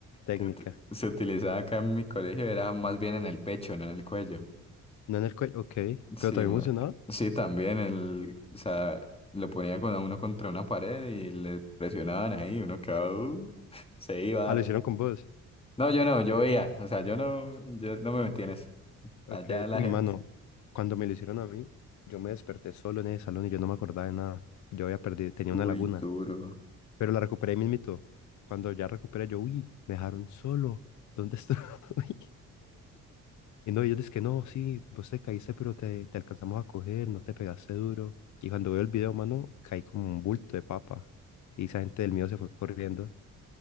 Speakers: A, on the left (about 70°); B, on the left (about 20°).
A: Técnica.
B: que ut- se utilizaba acá en mi colegio era más bien en el pecho, no en el cuello.
A: No en el cuello, ok,
B: Sí,
A: pero también
B: me-
A: funcionaba.
B: sí, también el, o sea, lo ponían con uno contra una pared y le presionaban ahí, uno quedaba, "Uh", <laughs> se iba.
A: Ah, lo hicieron con vos.
B: No, yo no, yo veía, o sea, yo no, yo no me metí en eso.
A: Ok,
B: Allá la
A: uy,
B: gente.
A: mano, cuando me lo hicieron a mí, yo me desperté solo en ese salón y yo no me acordaba de nada. Yo había perdido, tenía
B: Uy,
A: una laguna,
B: duro.
A: pero la recuperé ahí mismito. Cuando ya recuperé, yo, uy, me dejaron solo. ¿Dónde estoy? <laughs> Y no, ellos dicen que no, sí, vos te caíste, pero te, te alcanzamos a coger, no te pegaste duro. Y cuando veo el video, mano, caí como un bulto de papa. Y esa gente del mío se fue corriendo.